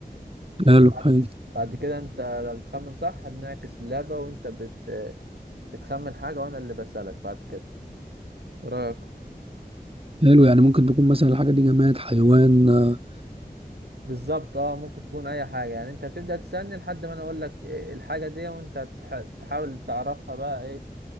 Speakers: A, on the right (about 35°); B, on the right (about 80°).
A: حلو
B: بعد
A: حلو
B: بعد كده انت لما بتخمن صح بنعكس اللعبه وانت بت بتخمن حاجة وأنا اللي بسألك بعد كده إيه رأيك
A: حلو يعني ممكن تكون مثلا الحاجة دي جماد حيوان آه،
B: بالظبط اه ممكن تكون أي حاجة يعني أنت بتبدأ تسألني لحد ما أنا أقول لك إيه إيه الحاجة دي وأنت تح- تحاول تعرفها بقى إيه,